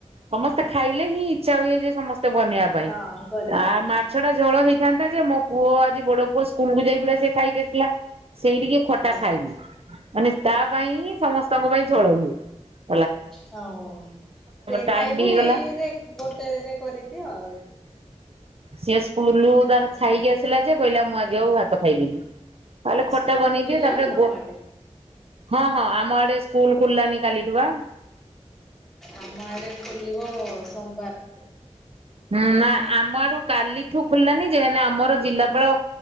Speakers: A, on the right; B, in the centre.
A: ସମସ୍ତେ ଖାଇଲେ ହିଁ ଇଚଛ ହୁଏ ଯେ ସମସ୍ତେ ବନେଇବା ପାଇଁ
B: ହଁ କରିବା
A: ଆ
B: ପାଇଁ
A: ମାଛ ଟା ଝୋଳ ହେଇ ଥାନ୍ତା ଯେ ମୋ ପୁଅ ଆଜି ବଡ ପୁଅ ସ୍କୁଲକୁୁ ଯାଇଥିଲେ ସେ ଖାଇକି ଆସଥିଲା। ସେଇ ଟିକେ ଖଟା
B: ଓହୋ
A: ଖାଇବି ମାନେ ତା ପାଇଁ ସମସ୍ତଙ୍କ ପାଇଁ ଝଳ ହୁଏ। ହଁ।
B: ହ ସେ
A: ଟାଇମ
B: ଖାଇବୁ
A: ବି ହେଇଗଲା।
B: ଏଇଇରେ ଗୋଟେରେ କରିଛି ଆଉ।
A: ସେଷ ସ୍ୁଲ ତାର
B: ଆଚ୍ଛା।
A: ଖାଇକି ଆସିଲା ଯେ କହିଲା ମୁଁ ଆଜି ଆଉ ହାତ ଖାଇବିନି ତାହେଲେ ଖଟା
B: ସ୍କୁଲ
A: ବନେଇକି
B: ଖୋଲିଲାଣି
A: ତାପରେ
B: ତମ ଆଡେ?
A: ହଁ ହଁ ଆମ ଆଡେ ସ୍କୁଲ ଖୋଲିଲାନି। କାଲିଠୁ ବା।
B: ଆମର ସୋମବାରୁ
A: ହୁଁ ନା ଆମରୁ କାଲି ଏଠୁ ଖୋଲିଲାନି ଯେ ଆମର ଜିଲ୍ଲାପାଳ